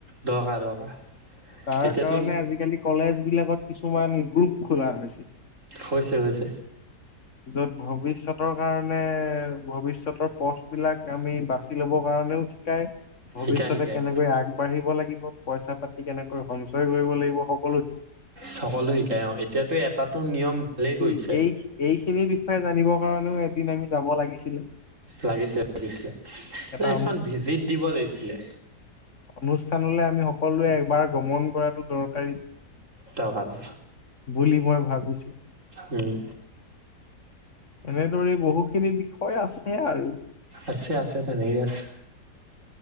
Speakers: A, on the right (about 45°); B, on the left (about 45°).
A: দৰকাৰ দৰকাৰ
B: তাৰ
A: এতিয়াতো
B: কাৰণে আজিকালি কলেজ বিলাকত কিছুমান গ্ৰুপ খোলা হৈছে।
A: হৈছে হৈছে।
B: য'ত ভৱিষ্যতৰ কাৰণে, ভৱিষ্যতৰ পথবিলাক আমি বাচি ল'বৰ কাৰণেও শিকায়, ভৱিষ্যতে
A: শিকাই শিকাই
B: কেনেকৈ আগবাঢ়িব লাগিব, পইচা পাতি কেনেকৈ সঞ্চয় কৰিব লাগিব, সক
A: সকলো শিকাই অ', এতিয়াতো এটাটো নিয়ম ভালেই কৰিছে
B: এই-এইখিনিৰ বিষয়ে জানিবৰ কাৰণেও একদিন আমি যাব লাগিছিলে।
A: লাগিছিলে লাগিছিলে,
B: এটা
A: এ-এখন ভিজিট দিব লাগিছিলে।
B: অনুষ্ঠানলৈ আমি সকলোৱে একবাৰ গমন কৰাটো দৰকাৰী।
A: টকা এটা
B: বুলি মই ভাবিছোঁ।
A: উম।
B: এনেদৰে বহুখিনি বিষয় আছে আৰু।
A: আছে আছে, তেনেকে আছে।